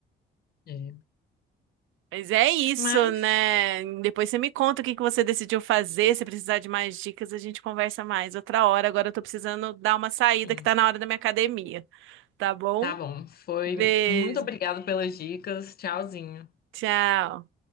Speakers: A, on the left; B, on the right.
A: É.
B: Mas é isso,
A: Mas,
B: né? Depois você me conta o que que você decidiu fazer. Se precisar de mais dicas, a gente conversa mais outra hora. Agora eu tô precisando dar uma saída
A: enfim,
B: que tá na hora da minha academia, tá bom?
A: tá bom. Foi
B: Beijo.
A: muito obrigado pelas dicas. Tchauzinho.
B: Tchau.